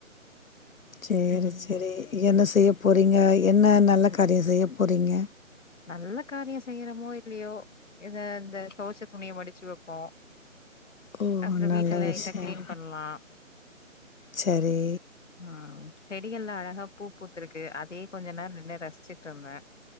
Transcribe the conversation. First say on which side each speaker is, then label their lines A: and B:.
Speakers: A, on the left; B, on the left.
A: சேரி
B: ம்
A: சேரி என்ன செய்ய போறீங்க? என்ன நல்ல காரிய செய்ய போறீங்க?
B: நல்ல காரிய செய்றமோ இல்லயோ எதா இந்த தொவச்ச துணிய மடிச்சு வப்போ
A: ஓ
B: அப்ற
A: நல்ல
B: வீட்ட லைட்டா
A: விஷயம்
B: க்ளீன் பண்லா
A: சரி
B: ம் செடிகள்ல அழகா பூ பூத் துருக்கு அதயே கொஞ்ச நேர நின்னு ரசிச்சுட்ருந்தே